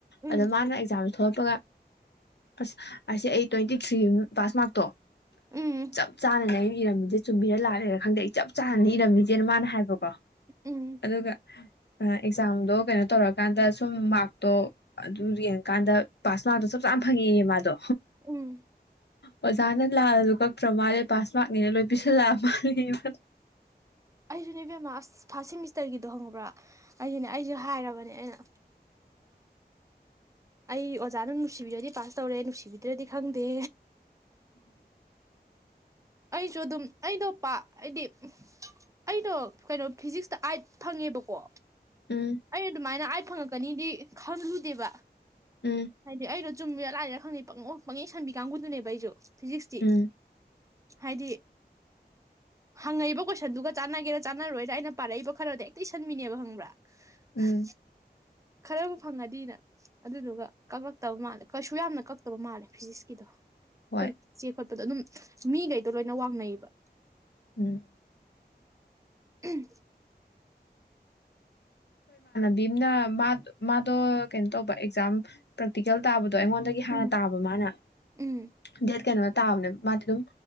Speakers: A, on the right; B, on the left.
A: ꯎꯝ
B: ꯑꯗ ꯃꯥꯅ ꯑꯦꯛꯖꯥꯝꯁꯨ ꯊꯣꯛꯂꯛꯄꯒ ꯑꯁ ꯑꯁꯤꯁ ꯑꯩ ꯇ꯭ꯋꯦꯟꯇꯤ ꯊ꯭ꯔꯤ ꯄꯥꯁ ꯃꯥꯔꯛꯇꯣ
A: ꯎꯝ
B: ꯆꯞ ꯆꯥꯅ ꯂꯩ ꯏꯔꯝꯃꯤꯁꯦ ꯆꯨꯝꯕꯤꯔ ꯂꯥꯜꯂꯦ ꯈꯪꯗꯦ ꯑꯩꯞ ꯆꯥꯅ ꯏꯔꯃꯤꯁꯦꯅ ꯃꯥꯅ ꯍꯥꯏꯕꯀꯣ
A: ꯎꯝ
B: ꯑꯗꯨꯒ ꯑꯦꯛꯖꯥꯝꯗꯣ ꯀꯩꯅꯣ ꯇꯧꯔꯀꯥꯟꯗ ꯁꯨꯝ ꯃꯥꯔꯛꯇꯣ ꯑꯗꯨ ꯌꯦꯡꯉꯀꯥꯟꯗ ꯄꯥꯁ ꯃꯥꯔꯛꯇꯣ ꯆꯞ ꯆꯥꯅ ꯐꯪꯉꯛꯑꯦ ꯃꯥꯗꯣ
A: ꯎꯝ
B: ꯑꯣꯖ ꯆꯥꯅ ꯂꯥꯜꯂꯁꯨ ꯀꯛꯇ꯭ꯔ ꯃꯥꯜꯦ ꯄꯥꯁ ꯃꯥꯔꯛꯅꯤꯅ ꯂꯣꯏ ꯄꯤꯁꯜꯂꯛꯑꯕ ꯃꯥꯜꯂꯦꯌꯦ ꯃꯗꯣ
A: ꯑꯩꯁꯨꯅꯦ ꯏꯕꯦꯝꯃ ꯐꯥꯔꯁ ꯁꯦꯃꯤꯁꯇꯔꯒꯤꯗꯣ ꯍꯪꯉꯕ꯭ꯔꯥ ꯑꯩꯗꯤꯅꯦ ꯑꯩꯁꯨ ꯍꯥꯏꯔꯕꯅꯦ ꯑꯩꯅ ꯑꯩ ꯑꯣꯖꯥꯅ ꯅꯨꯡꯁꯤꯕꯤꯔꯗꯤ ꯄꯥꯁ ꯇꯧꯔꯦ ꯅꯨꯡꯁꯤꯕꯤꯗ꯭ꯔꯗꯤ ꯈꯪꯗꯦ ꯑꯩꯁꯨ ꯑꯗꯨꯝ ꯑꯩꯗꯣ ꯄ ꯍꯥꯏꯗꯤ ꯑꯩꯗꯣ ꯀꯩꯅꯣ ꯐꯤꯖꯤꯛꯁꯇ ꯑꯥꯏꯠ ꯐꯪꯉꯦꯕꯀꯣ
B: ꯎꯝ
A: ꯑꯩ ꯑꯗꯨꯃꯥꯏꯅ ꯑꯥꯏꯠ ꯐꯪꯉꯛꯀꯅꯤꯗꯤ ꯈꯪꯂꯨꯗꯦꯕ
B: ꯎꯝ
A: ꯍꯥꯏꯗꯤ ꯑꯩꯗꯣ ꯆꯨꯝꯃꯤꯔ ꯂꯥꯏꯏꯔ ꯈꯪꯗꯦ ꯄꯪꯏ ꯑꯣꯏ ꯄꯪꯏ ꯏ ꯁꯟꯕꯤ ꯀꯥꯡꯕꯨꯗꯨꯅꯦꯕ ꯑꯩꯁꯨ ꯐꯤꯖꯤꯛꯁꯇ
B: ꯎꯝ
A: ꯍꯥꯏꯗꯤ ꯍꯪꯉꯛꯏꯕ ꯀꯣꯏꯁꯟꯗꯨꯒ ꯆꯥꯟꯅꯒꯦꯔ ꯆꯥꯟꯅꯔꯣꯏꯔ ꯑꯩꯅ ꯄꯥꯔꯛꯏꯕ ꯈꯔꯗ ꯍꯦꯛꯇ ꯏꯁꯁꯟꯃꯤꯅꯦꯕ ꯍꯪꯕ꯭ꯔꯥ ꯍꯍ
B: ꯎꯝ
A: ꯈꯔꯕꯨ ꯐꯪꯉꯗꯤꯅ ꯑꯗꯨꯗꯨꯒ ꯀꯛꯂꯛꯇꯕ ꯃꯥꯜꯂꯦ ꯀꯩꯁꯨ ꯌꯥꯝꯅ ꯀꯛꯇꯕ ꯃꯥꯜꯂꯦ ꯐꯤꯖꯤꯛꯁꯀꯤꯗꯣ ꯑꯩꯈꯣꯏ
B: ꯍꯣꯏ
A: ꯆꯦ ꯈꯣꯠꯄꯗ ꯑꯗꯨꯝ ꯃꯤꯈꯩꯗꯣ ꯂꯣꯏꯅ ꯋꯥꯡꯅꯩꯕ
B: ꯎꯝ
A: ꯎꯝ
B: ꯕꯤꯝꯅ ꯃꯗꯣ ꯀꯩꯅꯣ ꯇꯧꯕ ꯑꯦꯛꯖꯥꯝ ꯄ꯭ꯔꯦꯛꯇꯤꯀꯦꯜ ꯇꯥꯕ ꯑꯗꯣ ꯑꯩꯉꯣꯟꯗꯒꯤ ꯍꯥꯟꯅ
A: ꯎꯝ
B: ꯇꯥꯕ ꯃꯥꯅ
A: ꯎꯝ
B: ꯗꯦꯠ ꯀꯩꯅꯣ ꯇꯥꯕꯅꯦ ꯃꯥꯗꯤ ꯑꯗꯨꯝ